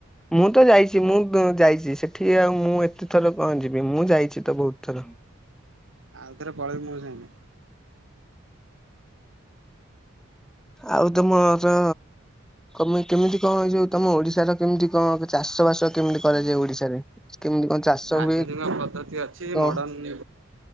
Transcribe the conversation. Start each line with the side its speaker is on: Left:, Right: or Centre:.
Centre: ମୁଁ ତ ଯାଇଛି ମୁଁ ଯାଇଛି। ସେଠି ଆଉ ମୁଁ ଏତେ ଥର କଣ ଯିବି ମୁଁ ଯାଇଛି ତ ବହୁତ ଥର।
Right: ଆଉଥରେ ପଳେଇବି ମୋ ସାଙ୍ଗେ।
Centre: ଆଉ ତମର ମ କେମିତି କଣ ଏଇ ଯୋଉ ତମ ଓଡିଶାର କେମିତି କଣ ଚାଷ ବାସ କେମିତି କରାଯାଏ ଓଡିଶାରେ? କେମିତି କଣ ଚାଷ
Right: ଆଧୁନିକ
Centre: ହୁଏ
Right: ପଦ୍ଧତି ଅଛି
Centre: କଣ
Right: ମଡଣ କି